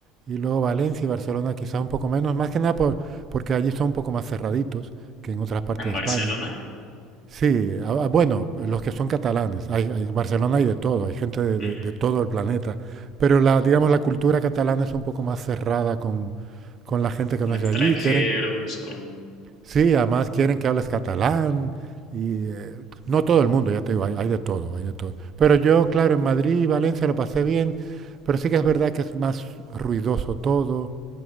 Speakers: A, on the right; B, on the left.
A: y luego Valencia y Barcelona, quizás un poco menos, más que nada por- porque allí son un poco más cerraditos que en otras partes
B: en Barcelona.
A: de España. Sí, ah, ah, bueno, los que son catalanes. Hay, hay- en Barcelona hay de todo, hay gente de,
B: Ujú.
A: de- de todo el planeta. Pero la, digamos, la cultura catalana es un poco más cerrada con, con la gente
B: Con
A: que no
B: extranjeros,
A: es de allí. Quieren,
B: con
A: sí, además quieren que hables catalán. Y eh, no todo el mundo, ya te digo, hay, hay de todo, hay de todo. Pero yo, claro, en Madrid y Valencia lo pasé bien, pero sí que es verdad que es más ruidoso todo.